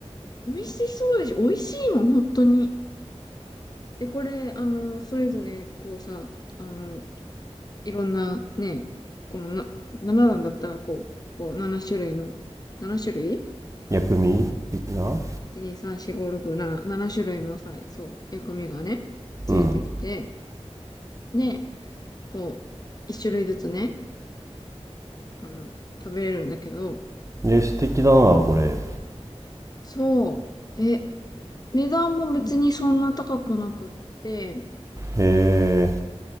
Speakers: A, on the left; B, on the right.
A: 美味しそうでし、美味しいの、本当に。で、これ、あの、それぞれ、こうさ、あの、いろんなね、このな、7段だったら、こう、こう、7種類の、7種類
B: 薬味的な
A: 1、2、3、4、5、6、7、7種類のさそう、薬味がね、ついてきて、
B: うん
A: で、こう、1種類ずつね、あの、食べれるんだけど、
B: で素敵だなこれへ
A: そう、え、値段も別にそんな高くなくって、
B: え